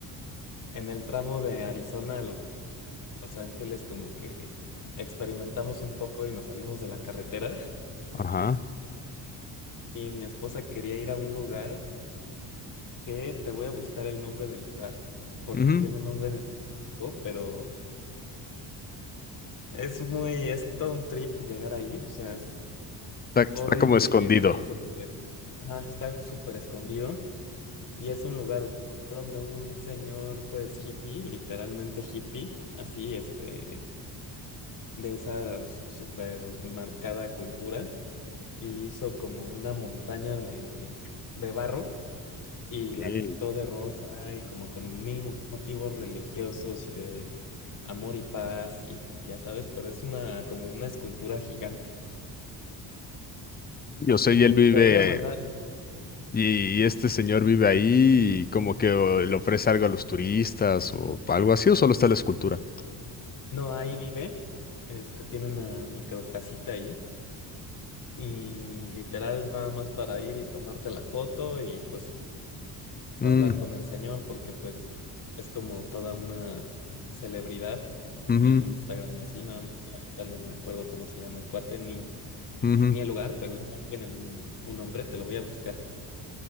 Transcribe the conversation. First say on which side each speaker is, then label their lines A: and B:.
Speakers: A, on the left; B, on the left.
A: en el tramo de Arizona a Lo- Los Ángeles como que experimentamos un poco y nos salimos de la carretera <laughs>
B: Ajá.
A: y mi esposa quería ir a un lugar que te voy a buscar el nombre del lugar porque
B: ujú.
A: tiene un nombre en específico, pero es muy, es todo un trip llegar ahí, o sea, es
B: Está,
A: horrible
B: está como escondido.
A: llegar ahí porque ajá, está súper escondido y es un lugar donde un señor pues hippie, literalmente hippie, así este de esa s- super marcada cultura y hizo como una montaña de, de barro y
B: Sí.
A: la pintó de rosa y como con mil mo- motivos religiosos y de amor y paz y, y ya sabes, pero es una como una escultura gigante.
B: Yo sé,
A: Y
B: y él vive,
A: te voy a mandar,
B: y, y este señor vive ahí y como que o, le ofrece algo a los turistas o algo así, o solo está la escultura.
A: no, ahí vive, este tiene una micro casita ahí. Y literal es nada más para ir y tomarte la foto y pues
B: Mm,
A: a hablar con el señor porque pues es como toda una celebridad
B: ujú,
A: en Instagram y así, nada más que ahorita no me acuerdo cómo se llama el cuate ni,
B: ujú.
A: ni el lugar, pero el lugar tiene un, un nombre, te lo voy a buscar.